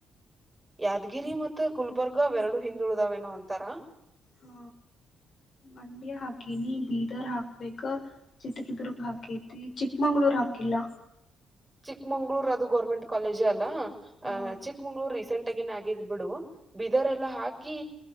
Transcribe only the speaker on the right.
ಯಾದಗಿರಿ ಮತ್ತು ಗುಲ್ಬರ್ಗಾ ಎರಡು ಹಿಂದುಳಿದವೇನು ಅಂತರ
ಚಿಕ್ಮಂಗ್ಳೂರ್ ಅದು ಗೌರ್ಮೆಂಟ್ ಕಾಲೇಜೆ ಅಲ್ಲ
ಅ ಚಿಕ್ಕಮಂಗ್ಳೂರ್ ರೀಸೆಂಟ್ ಒಟ್ಟಗನ್ ಆಗಿದ್ ಬಿಡು ಬೀದರ್ ಎಲ್ಲ ಹಾಕಿ